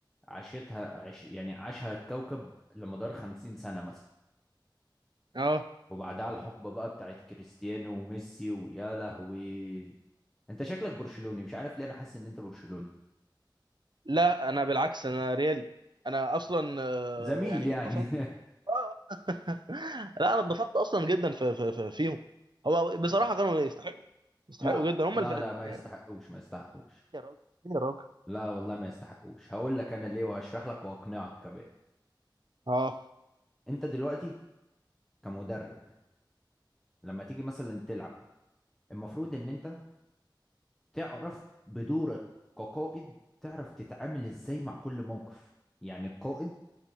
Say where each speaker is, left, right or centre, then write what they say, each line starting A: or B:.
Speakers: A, in the centre; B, on the right.
A: عاشتها عش يعني عاشها الكوكب لمدار خمسين سنة مثلا
B: اه
A: وبعدها الحقبة بقى بتاعت كريستيانو وميسي ويا لهوي انت شكلك برشلوني مش عارف ليه انا حاسس ان انت برشلوني
B: لا انا بالعكس انا ريالي انا اصلا آه،
A: زميل
B: يعني
A: يعني
B: اتبسطت آه. <laughs> لا انا اتبسطت اصلا جدا في في في فيهم هو بصراحه
A: <laughs>
B: كانوا يستحقوا يستحقوا
A: لا
B: جدا هم
A: لا
B: الفرقتين
A: لا ما
B: يعني
A: يستحقوش ما يستحقوش
B: يا راجل يا راجل
A: لا والله ما يستحقوش هقول لك انا ليه وهشرح لك وهقنعك كمان
B: اه
A: انت دلوقتي كمدرب لما تيجي مثلا تلعب المفروض ان انت تعرف بدورك كقائد تعرف تتعامل ازاي مع كل موقف يعني القائد